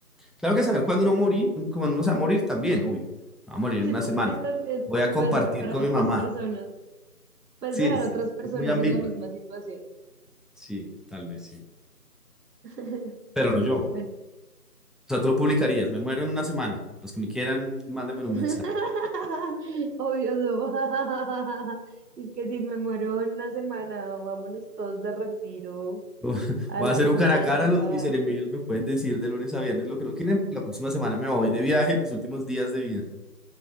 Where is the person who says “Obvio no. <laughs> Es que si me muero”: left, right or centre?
Right